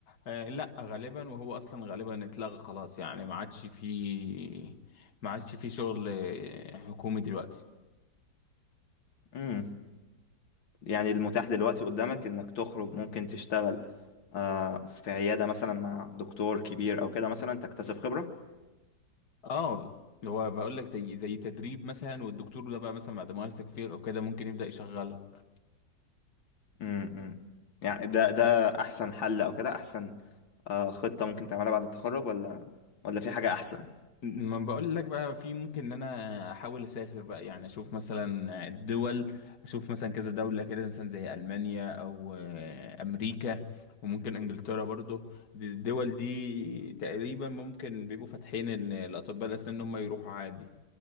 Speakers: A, on the left (about 55°); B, on the left (about 80°).
A: آه لا غالبا وهو اصلا غالبا اتلغى خلاص يعني ما عادش فيه ما عادش فيه شغل حكومي دلوقتي
B: امم يعني المتاح دلوقتي قدامك انك تخرج ممكن تشتغل آه، في عيادة مثلا مع دكتور كبير او كده مثلا تكتسب خبرة
A: اه هو بقول لك زي زي تدريب مثلا والدكتور ده بقى مثلا بعد ما يثق فيك او كده ممكن يبدأ يشغلك
B: امم يعني ده ده احسن حل او كده احسن آه، خطة ممكن تعملها بعد التخرج ولا ولا في حاجة أحسن
A: ما بقول لك بقى في ممكن ان انا احاول اسافر بقى يعني اشوف مثلا الدول اشوف مثلا كذا دولة كده مثلا زي المانيا او آه، امريكا وممكن انجلترا برضو الدول دي تقريبا ممكن بيبقوا فاتحين ان الاطباء الاسنان ان هم يروحوا عادي